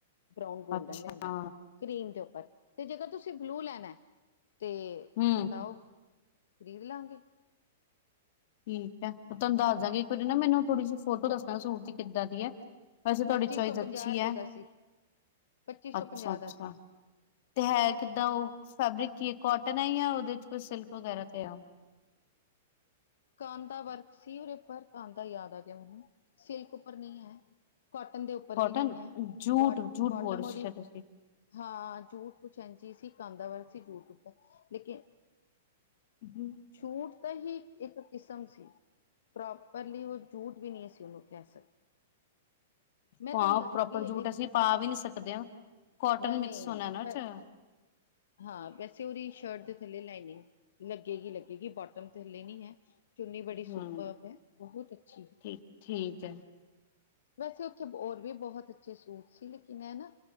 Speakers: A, on the left; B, on the left.
A: ਬਰਾਊਨ, ਗੋਲਡਨ
B: ਅੱਛਾ
A: ਲੈ ਲਿਆ। ਕਰੀਮ ਦੇ ਉੱਪਰ। ਤੇ ਜੇਕਰ ਤੁਸੀਂ, ਬਲੂ ਲੈਣਾ, ਤੇ
B: ਹੂੰ
A: ਬਤਾਓ ਖ਼ਰੀਦ ਲਾਂਗੇ।
B: ਠੀਕ ਹੈ! ਤੁਹਾਨੂੰ ਦੱਸ ਦਾਂਗੇ ਇੱਕ ਵਾਰੀ ਨਾ ਮੈਨੂੰ, ਥੋੜੀ ਜਿਹੀ ਫੋਟੋ ਦੱਸਣਾ ਸੂਟ ਦੀ ਕਿੱਦਾਂ ਦੀ ਹੈ। ਵੈਸੇ ਤੁਹਾਡੀ
A: ਪੱਚੀ
B: ਚੋਇਸ
A: ਸੌ ਪੰਜਾਹ
B: ਅੱਛੀ
A: ਰੁਪਏ
B: ਹੈ
A: ਦਾ ਸੀ, ਪੱਚੀ ਸੌ
B: ਅੱਛਾ
A: ਪੰਜਾਹ
B: ਅੱਛਾ
A: ਦਾ ਸੀ।
B: ਤੇ ਹੈ ਕਿੱਦਾਂ ਉਹ ਫੈਬਰਿਕ ਕੀ ਹੈ, ਕੋਟਨ ਹੈ ਜਾਂ ਉਹਦੇ ਚ ਕੋਈ ਸਿਲਕ। ਵਗੈਰਾ ਤੇ ਆ
A: ਕਾਂਧਾ ਵਰਕ ਸੀ, ਉਹਦੇ ਉੱਪਰ ਕਾਂਧਾ, ਯਾਦ ਆ ਗਿਆ ਮੈਨੂੰ, ਸਿਲਕ ਉੱਪਰ ਨਹੀਂ ਹੈ। ਕਾਟਨ ਦੇ ਉੱਪਰ
B: ਕੋਟਨ
A: ਵੀ ਨਹੀਂ ਹੈ।
B: Jute
A: but
B: jute
A: bottom
B: board
A: ਉਹਦੀ
B: ਤੁਸੀਂ
A: ਹਾਂ। ਜੂਟ ਕੁਛ ਇੰਝ ਹੀ ਸੀ, ਕਾਂਧਾ ਵਰਕ ਸੀ, ਜੂਟ ਉੱਪਰ ਲੇਕਿਨ
B: ਹਮ।
A: ਛੂਟ ਤਾਂ ਹੀ ਇੱਕ ਕਿਸਮ ਸੀ, ਪ੍ਰੋਪਰਲੀ ਉਹ ਜੂਟ ਵੀ ਨਹੀਂ ਸੀ। ਉਹਨੂੰ ਕਹਿ ਸਕਦੇ। ਮੈਂ
B: ਹਾਂ!
A: ਤੁਹਾਨੂੰ ਦੱਸਾਂਗੀ
B: ਪ੍ਰੋਪਰ
A: ਇੰਨੀ
B: ਜੂਟ, ਅਸੀਂ ਪਾ ਵੀ ਨਹੀਂ ਸਕਦੇ ਹਾਂ। ਕੋਟਨ
A: ਨਾ ਨਹੀਂ
B: ਮਿਕਸ
A: ਨਹੀਂ
B: ਹੋਣਾ ਨਾ ਉਸ ਚ ।
A: ਹਾਂ। ਵੈਸੇ ਉਹਦੀ ਸ਼ਰਟ ਦੇ ਥੱਲੇ ਲਾਈਨਿੰਗ ਲੱਗੇਗੀ, ਲੱਗੇਗੀ ਬੋਟਮ ਤੇ ਹੱਲੇ ਨਹੀਂ ਹੈ। ਚੁੰਨੀ ਬੜੀ ਸੁਪਰਬ
B: ਹਮ
A: ਹੈ, ਬਹੁਤ ਅੱਛੀ ਹੈ।
B: ਠੀਕ ਠੀਕ ਹੈ
A: ਵੈਸੇ ਉੱਥੇ, ਹੋਰ ਵੀ ਬਹੁਤ ਅੱਛੇ ਸੂਟ ਸੀ। ਲੇਕਿਨ ਇਹ ਨਾ